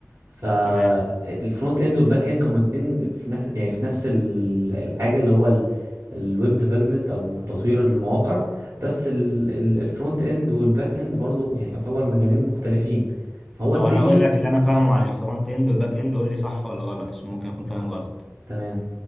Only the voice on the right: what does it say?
فالفرونت
اند والباك اند هما الاثنين في نفس يعني في نفس ال- الحاجه اللي هو الويب ديفلوبمنت او تطوير المواقع بس الفرونت اند والباك اند برضو يعني يعتبر مجالين مختلفين فهو السينيور
تمام